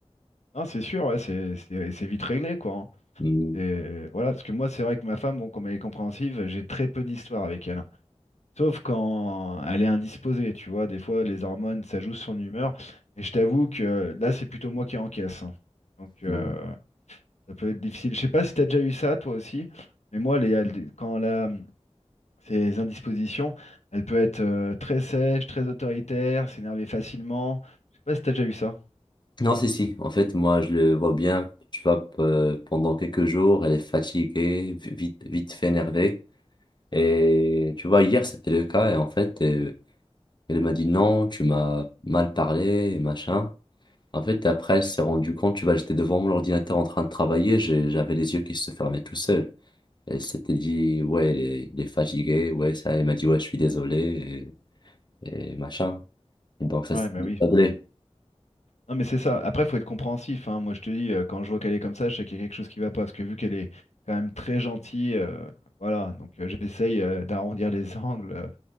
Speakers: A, on the left (about 85°); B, on the left (about 40°).
A: Non, c'est sûr, ouais, c'est c'est- c'est vite réglé quoi. hein.
B: Mm,
A: C'est voilà, parce que moi c'est vrai que ma femme, bon, comme elle est compréhensive, j'ai très peu d'histoires avec elle. hein. Sauf quand elle est indisposée, tu vois, des fois les hormones, ça joue sur son humeur. Et je t'avoue que là c'est plutôt moi qui encaisse. hein. Donc euh,
B: mm.
A: ça peut être difficile. Je sais pas si t'as déjà eu ça toi aussi, mais moi les, quand là Ces indispositions, elle peut être euh, très sèche, très autoritaire, s'énerver facilement. Je sais pas si t'as déjà eu ça.
B: Non, si, si. En fait, moi, je le vois bien. Tu vois, p- euh, pendant quelques jours, elle est fatiguée, vi- vite, vite fait énervée. Et tu vois, hier, c'était le cas. Et en fait, euh, elle m'a dit non, tu m'as mal parlé, machin. En fait, après, elle s'est rendue compte, tu vois, j'étais devant mon ordinateur en train de travailler, j'ai- j'avais les yeux qui se fermaient tout seul. Elle s'était dit, ouais, il est, il est fatigué, ouais, ça, elle m'a dit, ouais, je suis désolé, et, et machin. Et donc, ça
A: Ouais,
B: s'est
A: bah oui.
B: réglé.
A: Non, mais c'est ça. Après, faut être compréhensif, hein. Moi, je te dis, euh, quand je vois qu'elle est comme ça, je sais qu'il y a quelque chose qui va pas. Parce que vu qu'elle est quand même très gentille, euh, voilà. Donc, euh, j'essaye euh, d'arrondir les <laughs> angles euh,